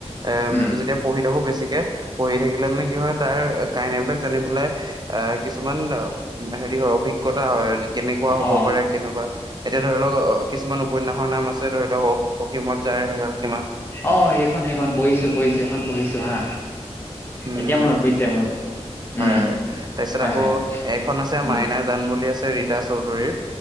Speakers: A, on the right; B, on the left.
A: এ
B: উম
A: যেতিয়া পঢ়ি থাকো বেছিকে পঢ়ি থাকিলে মানে কি হয় তাৰ কাহিনীবিলাক জানি পেলাই এ কিছুমান হেৰি হয় অভিজ্ঞতা হয় কেনেকুৱা হ'ব
B: অ
A: পাৰে কেনেকৱা এতিয়া ধৰি লওক অ কিছুমান উপন্যাসৰ নাম আছে ধৰি লওক অ অসীমত যাৰ হেৰাল সীমা
B: অ' সেইখন সেইখন পঢ়িছো পঢ়িছো সেইখন পঢ়িছো হা,
A: উম,
B: এতিয়া মনত পৰিছে মোৰ।
A: হয়
B: উম
A: হয়, তাইছত
B: হয়
A: আকৌ
B: হয়
A: এইখন আছে
B: উম
A: মাইনা জান বুলি আছে ৰীতা চৌধুৰীৰ।